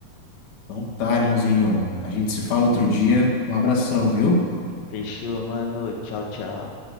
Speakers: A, on the left (about 60°); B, on the left (about 85°).
A: Então tá, irmãozinho. A gente se fala outro dia. Um abração, viu?
B: Fechou, mano. Tchau, tchau.